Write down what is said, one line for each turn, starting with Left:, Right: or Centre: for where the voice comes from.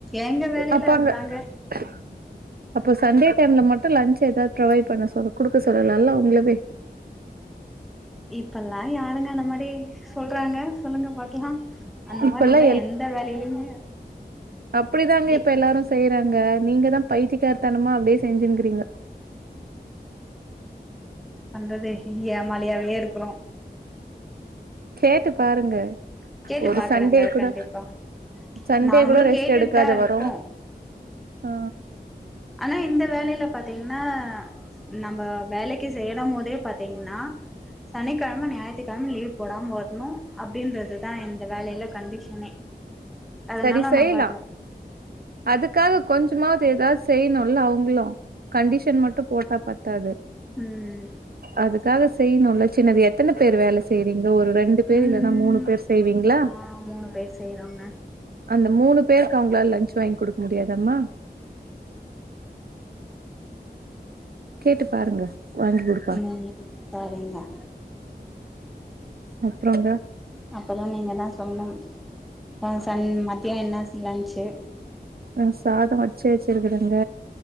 Centre: எங்க வேலையில
Right: அப்ப
Centre: அதுதாங்க
Right: அங்க <inaudible> அப்போ சண்டே டைம்ல மட்டும் லன்ச் ஏதாவது ப்ரொவைட் பண்ண சொல் கொடுக்க சொல்லலால்ல உங்களவே
Centre: இப்பல்லாம் யாருங்க அந்த மாரி சொல்றாங்க சொல்லுங்க பார்கலாம் அந்த
Right: இப்பல்லா
Centre: மாரில்லா எந்த வேலையிலயுமே
Right: அப்டிதாங்க
Centre: இ
Right: இப்ப எல்லாரும் செய்றாங்க நீங்க தான் பயித்திய காரத்தனமா அப்டே செஞ்சுங்கிறீங்க
Centre: என்ன பண்றது யேமாலியாவே இருக்குறோ
Right: கேட்டு பாருங்க
Centre: கேட்டு
Right: ஒரு
Centre: பாக்குறேங்க
Right: சண்டே கூட
Centre: கண்டிப்பா.
Right: சண்டே
Centre: நாங்களும்
Right: கூட ரெஸ்ட்
Centre: கேட்டுட்டு
Right: எடுக்காத
Centre: தான் இருக்கோம்.
Right: வரோ அ
Centre: ஆனா இந்த வேலையில பார்த்தீங்கன்னா நம்ம வேலைக்கு சேரும்போதே பாத்தீங்கன்னா சனிக்கிழம ஞாயித்திக் தெனமு நீ லீவு போடாம வரணும் அப்டின்றது தான் இந்த வேலையில கண்டிஷனே அதனால
Right: சரி செய்லா
Centre: நம்ம அத
Right: அதுக்காக கொஞ்சமாது ஏதாவது செய்ணும்ல அவங்களும் கண்டிஷன் மட்டும் போட்டா பத்தாது
Centre: ம்
Right: அதுக்காக செய்ணும்ல சின்னது எத்தனை பேர் வேல செய்றீங்க ஒரு ரெண் டு பேர்
Centre: ம்
Right: இல்லன்னா மூணு பேர் செய்வீங்களா
Centre: ஆ மூணு பேர் செய்றோங்க
Right: அந்த மூணு பேருக்கு அவுங்களால லன்ச் வாங்கி குடுக்க முடியாதாம்மா கேட்டு பாருங்க வாங்கி குடு
Centre: முன்னாடியே தரம்மா
Right: அப்றங்க
Centre: அப்பறோ நீங்க தான் சொல்லனும் அ சண் மதியோ என்ன சி லன்சு
Right: அ சாதம் வடிச்சே வச்சிருக்குறங்க